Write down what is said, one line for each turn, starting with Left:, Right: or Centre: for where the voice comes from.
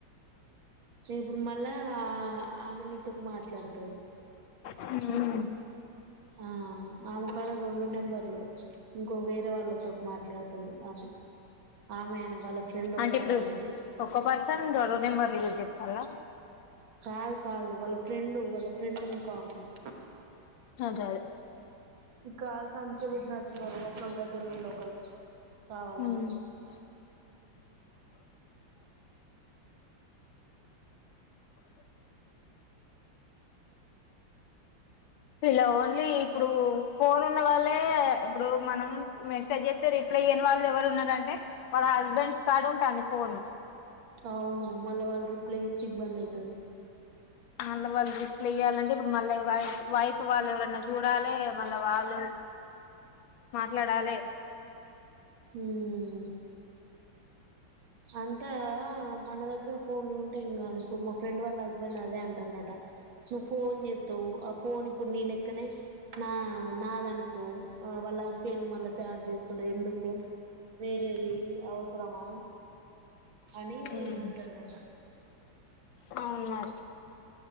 Right: నేను ఇప్పుడు మళ్ళా ఆ ఆమె నీతోటి మాట్లాడుతది
Left: హ్మ్
Right: ఆ ఆమెకాలో రెండు నెంబర్లు ఇంకో వేరే వాళ్ళతో మాట్లాడుతది ఆమె ఆమె వాళ్ళ ఫ్రెండ్ ఒక
Left: అంటే
Right: ఆమె
Left: ఇప్పుడు
Right: ఉన్నది
Left: ఒక్కో పర్సన్ రొండు నెంబర్లు యూజ చేస్తలా
Right: కాదు కాదు వాళ్ళ ఫ్రెండ్ వాళ్ళ ఫ్రెండ్ ఇంకో ఆమె ఉంది
Left: అదే అదే
Right: ఇకాల్స అందుకే బడి నతున్నారు ఒకల్ దగ్గర ఒకళ్ళు కావాలని
Left: మ్మ్ ఇలా ఓన్లీ ఇప్పుడు ఫోన్ ఉన్న వాళ్లే ఇప్పుడు మనం మెసేజ్ అయితే రిప్లై ఇయ్యని వాళ్ళు ఎవరు ఉన్నారంటే వాళ్ళ హస్బెండ్స్ కడు ఉంటాంది ఫోన్
Right: అవును మళ్ళా వాళ్ళు రిప్లై ఇస్తే ఇబ్బంది అయితది
Left: మళ్ళ వాళ్ళు రప్లైయ్యాలండి మళ్ళీ వై వైఫ్ వాళ్ళు ఎవరన్నా చూడాలె మళ్ళా వాళ్ళు మాట్లాడాలె
Right: హ్మ్ అంతే గద మన దగ్గర ఫోన్లు ఉంట అంటే ఇంకా ఇప్పుడు మా ఫ్రెండ్ వాళ్ళ హస్బెండ్ అదే అంటాండట నువ్వు ఫోన్ చెత్తవ్ ఆ ఫోన్ ఇప్పుడు నీ అ నా నాదనుకో వాళ్ళ హస్బెండ్ మళ్ళ చాట్ చేస్ సాడ్ ఎందుకు వేరేది అవసరమా అనీ
Left: మ్మ్
Right: అంటడట
Left: అవును మరి